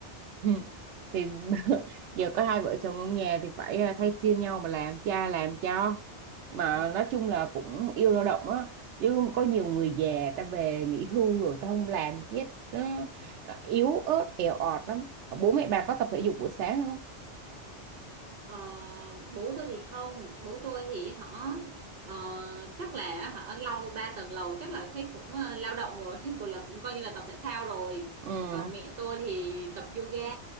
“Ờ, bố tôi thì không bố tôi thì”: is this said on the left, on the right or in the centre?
Right